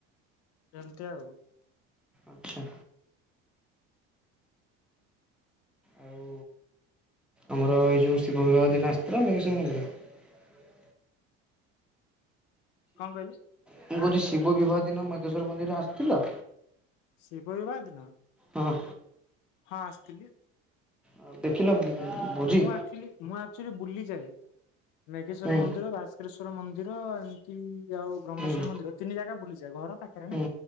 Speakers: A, on the left (about 75°); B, in the centre.
A: ଏମତି ଆଉ।
B: ଆଛା। ଆଉ ଆମର ଏଇ ଯୋଉ ଶିବ ବିିବାହ ଦିନ ଆସିଥିଲା ମେଘେଶ୍ୱର ମନ୍ଦିର
A: କଣ କହିଲେ?
B: ମୁ କହୁଛି ଶିବ ବିବାହ ଦିନ ମେଘେଶ୍ଵର ମନ୍ଦିରରେ ଆସିଥିଲ?
A: ଶିବ ବିବାହ ଦିନ?
B: ହଁ।
A: ହଁ ଆସିଥିଲି।
B: ଆଉ ଦେଖିଲ? ଭୋଜି
A: ମୁଁ ଆଚ୍ୟୁଲି ଆଚ୍ୟୁଲି ବୁଲିଯାଏ। ମେଘେଶ୍ଵର
B: ହୁଁ
A: ମନ୍ଦିର ଭାସ୍କେଶ୍ଵର ମନ୍ଦିର ଏମତି ଆଉ ବ୍ରହ୍ମେଶ୍ୱର
B: ହୁଁ
A: ମନ୍ଦିର ତିନି ଜାଗା ବୁଲିଯାଏ ଘର ପାଖରେ ନା
B: ହୁଁ ହୁଁ